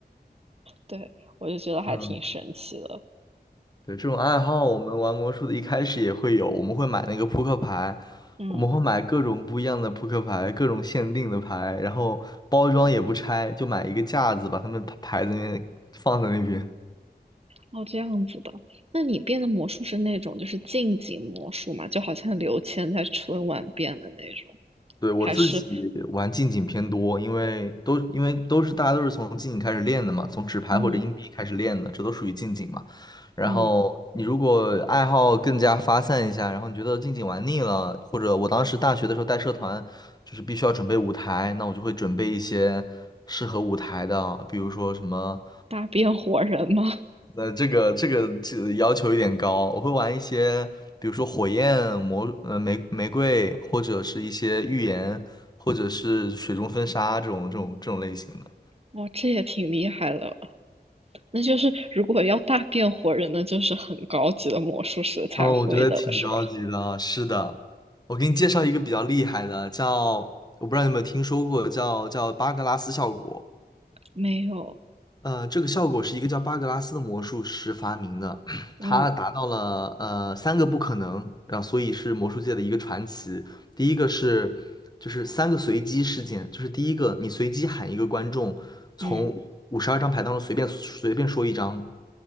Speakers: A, on the right; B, on the left.
A: 对，我就觉得还挺神奇的，
B: 嗯，对，这种爱好，我们玩魔术的一开始也会有，我们会买那个扑克牌，
A: 嗯。
B: 我们会买各种不一样的扑克牌，各种限定的牌，然后包装也不拆，就买一个架子，把它们牌牌子那放在那边。
A: 哦，这样子的。那你变的魔术是那种就是近景魔术嘛？就好像刘谦在春晚变的那种，
B: 对，我自己玩近景偏多，
A: 还是
B: 因为都因为都是大家都是从近景开始练的嘛，从纸牌或者硬币开始练的，
A: 嗯
B: 这都属于近景嘛。然后你如果爱好更加发散一下，
A: 嗯
B: 然后你觉得近景玩腻了，或者我当时大学的时候带社团，就是必须要准备舞台，那我就会准备一些适合舞台的，比如说什么
A: 大变活人吗？
B: 那这个这个这个要求有点高，我会玩一些，比如说火焰魔，呃玫玫瑰，或者是一些预言，或者是水中分沙这种这种这种类型的。
A: 哦，这也挺厉害的。那就是如果要大变活人，那就是很高级的魔术师才会的了，
B: 哦，我觉得挺高级的。
A: 是吧？
B: 啊是的，我给你介绍一个比较厉害的，叫我不知道你有没有听说过，叫叫巴格拉斯效果。
A: 没有，
B: 呃，这个效果是一个叫巴格拉斯的魔术师发明的，<clears throat>
A: 嗯
B: 他达到了呃三个不可能，然后所以是魔术界的一个传奇。第一个是就是三个随机事件，就是第一个你随机喊一个观众从五十二张牌当中随便随便说一张，
A: 嗯